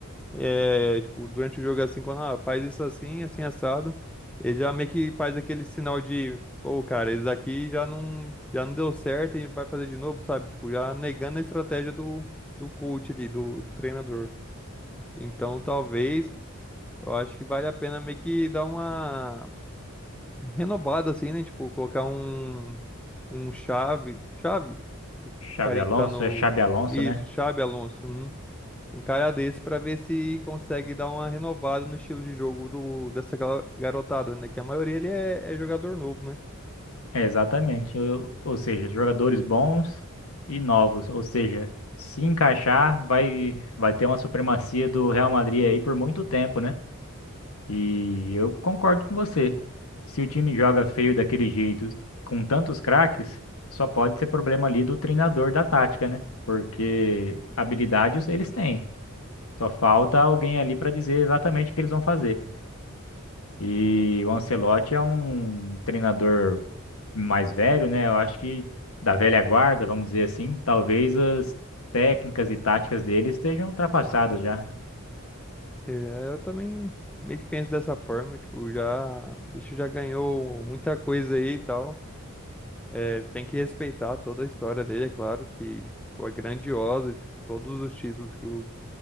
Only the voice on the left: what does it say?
Xavi
Alonso
é Xabi Alonso,
né?
É, exatamente. Ou, ou seja, jogadores bons e novos, ou seja, se encaixar, vai vai ter uma supremacia do Real Madrid aí por muito tempo, né? E eu concordo com você. Se o time joga feio daquele jeito, com tantos craques, só pode ser problema ali do treinador da tática, né? Porque habilidades eles têm. Só falta alguém ali para dizer exatamente o que eles vão fazer. E o Ancelotti é um treinador mais velho, né? Eu acho que da velha guarda, vamos dizer assim, talvez as técnicas e táticas dele estejam ultrapassadas já.